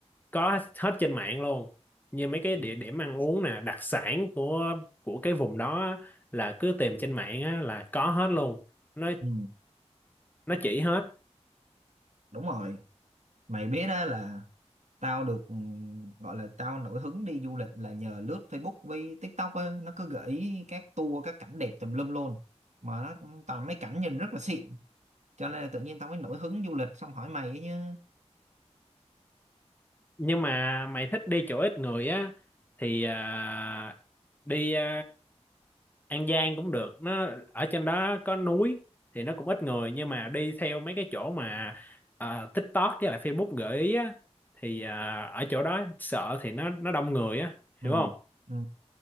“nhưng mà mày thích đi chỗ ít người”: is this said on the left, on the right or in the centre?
Left